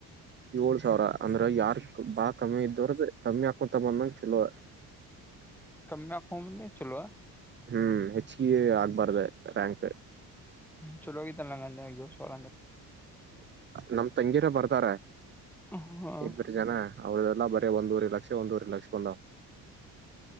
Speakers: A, on the right; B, in the centre.
A: ರ್ಷ ಸರ ಅಂದ್ರೆ ಯಾರು ಬಾ ಕಮ್ಮಿ ಇದ್ದ್ರದ ಕಮ್ಮಿಯಾ ಕೊತ ಬಂದ ಚಲೋ
B: ಕಮ್ಮಿ ಹಾಕೊಂಬಂದೆ ಚಲೋ
A: ಹ್ಮ್ ಹೆಚ್ಚಿಗೆ ಆಗ್ಬಾರ್ದ ರ್ಯಾಂಕ್
B: ಚಲೋಗಿ ತರಲ್ಲಂಗ ಅಷಲಂದ
A: ನಮ ತಂಗಿರ ಬರ್ತಾರ
B: ಹಾಂ
A: ಇಬ್ಬರು ಜನ ಅವಳದ ಅಲ್ಲ ಬರೀ ಒಂದೂ ರಿ ಲಕ್ಷ ಒಂದೂರಿ ಲಕ್ಷ ಬಂದ